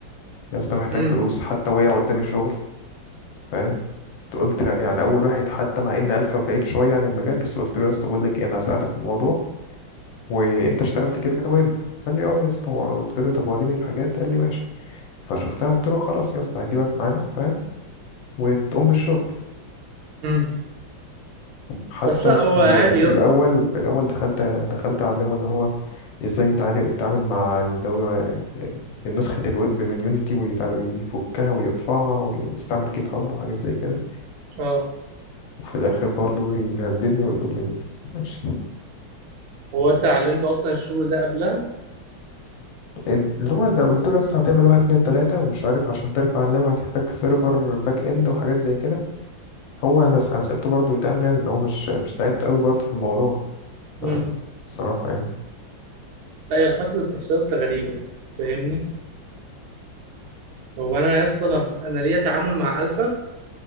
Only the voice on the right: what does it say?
امم
امم
بس لا
هو
عادي يا
اسطى
اه
هو انت علمت اصلا الشغل ده قبلها
امم
لا هي الحفظ التفسير يا اسطى غريبه فاهمني هو انا يا اسطى انا أنا ليا تعامل مع الفا